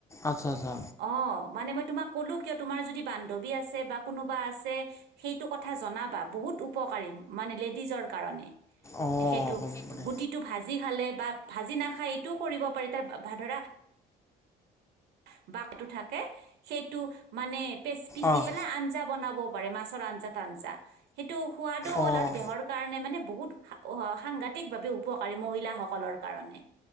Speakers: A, on the left; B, on the right.
A: আচ্ছা আচ্ছা
B: অ', মানে মই তোমাক ক'লো কিয়? তোমাৰ যদি বান্ধৱী আছে, বা কোনোবা আছে। সেইটো কথা জনাবা, বহুত উপকাৰী মানে লেডিজৰ কাৰণে।
A: অ'
B: সেইটো
A: হ'ব দে
B: গুটিটো ভাজি খালে বা ভাজি নাখায় এইটোও কৰিব পাৰি তা-ভা ধৰা <unintelligible> থাকে সেইটো মানে পেচ-পিচি
A: অ'
B: পেলাই আঞ্জা বনাব পাৰে। মাছৰ আঞ্জা তাঞ্জা <unintelligible> টো, সোৱাদো হ'ল
A: অ'।
B: আৰু দেহৰ কাৰণে মানে বহুত অ', সাংঘাতিক ভাৱে উপকাৰী মহিলা সক কলৰ কাৰণে